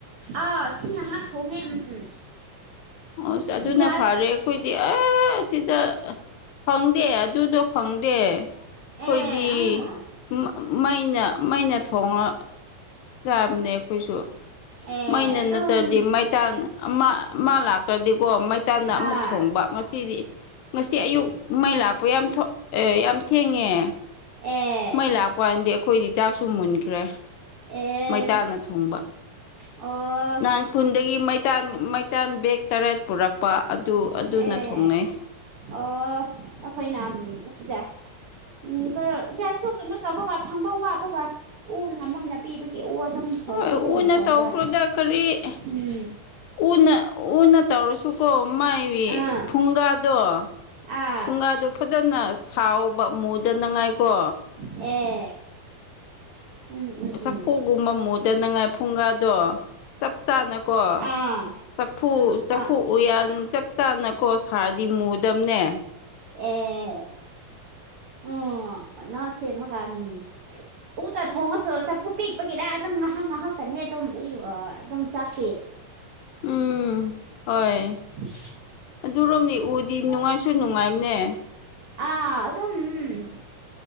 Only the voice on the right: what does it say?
ꯑꯥ ꯁꯤꯡꯅ ꯉꯛ ꯊꯣꯡꯉꯦ ꯎꯝ
ꯒ꯭ꯌꯥꯁ
ꯑꯦ ꯑꯥ
ꯑꯦ
ꯑꯗꯨꯝ
ꯑꯥ
ꯑꯦ
ꯑꯦ
ꯑꯣ
ꯑꯦ
ꯑꯣ ꯑꯩꯈꯣꯏꯅ ꯑꯁꯤꯗ ꯎꯝ ꯀꯣ ꯒ꯭ꯌꯥꯁꯁꯨ ꯀꯩꯅꯣ ꯇꯧꯕꯒ ꯐꯪꯕ ꯋꯥꯕꯒ ꯎꯅ ꯃꯣꯏꯅ ꯄꯤꯕꯒꯤ ꯎ ꯑꯗꯨꯝ ꯊꯣꯡꯈ꯭ꯔꯁꯦꯅ
ꯊꯣꯡꯕ
ꯎꯝ
ꯑꯥ
ꯑꯥ
ꯑꯦ ꯎꯝ ꯎꯝ
ꯎꯝ
ꯑꯥ
ꯑꯥ
ꯑꯦ ꯎꯝ ꯍꯅꯣ ꯁꯦꯝꯃꯒꯝ ꯎꯗ ꯊꯣꯡꯉꯁꯨ ꯆꯐꯨ ꯄꯤꯛꯄꯒꯤꯔ ꯑꯗꯨꯝ ꯉꯥꯍꯥꯛ ꯉꯥꯍꯥꯛꯇꯅꯤ ꯑꯗꯨꯝ ꯎ ꯑꯗꯨꯝ ꯆꯥꯛꯄꯤ
<inaudible>
ꯑ ꯑꯗꯨꯝ ꯎꯝ